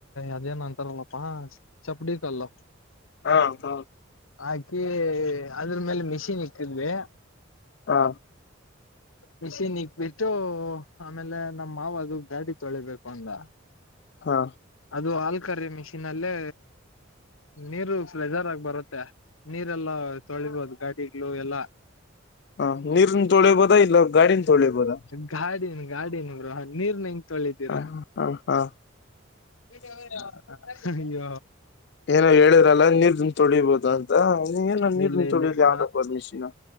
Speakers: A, on the left; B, on the left.
A: ಅದೇನ್ ಅಂತಾರಲ್ಲಪ್ಪಾ ಚಪ್ಡಿಕಲ್ಲು.
B: ಹಾ ಅದ.
A: ಹಾಕೀ ಅದ್ರ್ ಮೇಲೆ ಮಿಷನ್ ಇಕ್ಕಿದ್ವಿ.
B: ಹಾ.
A: ಮಿಸಿನ್ ಇಕ್ಬಿಟ್ಟು ಆಮೇಲೆ ನಮ್ ಮಾವ ಅದು ಗಾಡಿ ತೊಳಿಬೇಕು ಅಂದ.
B: ಹಾ.
A: ಅದು ಆಲ್ ಕರಿ ಮಿಷಿನ್ಲ್ಲೇ. ನೀರು ಫ್ಲಜರ್ ಆಗಿ ಬರುತ್ತೆ ನೀರೆಲ್ಲಾ ತೊಳಿಬೋದ್ ಗಾಡಿಗ್ಲೊ ಎಲ್ಲಾ.
B: ಹ ನೀರ್ನ ತೊಳಿಬೋದಾ ಇಲ್ಲ ಗಾಡಿನ ತೊಳಿಬೋದ.
A: ಗಾಡಿನ ಗಾಡಿನ ಬ್ರೋ ನಿರ್ನ ಹೆಂಗ್ ತೊಳಿತಿರಾ.
B: ಹ ಹ ಹಾ
A: <inaudible> ಅಯ್ಯೋ.
B: ಏನೋ ಹೇಳಿದ್ರಲ್ಲ ನೀರ್ನ್ ತೊಳಿಬಹುದು ಅಂತ ನೀ ಏನ ನೀರ್ದನ್
A: ಇಲ್ಲ ಇಲ್ಲ
B: ತೊಳ್ಯುದ
A: ಇಲ್ಲ
B: ಯಾವ್ದಪ್ಪ ಮಿಷನ್.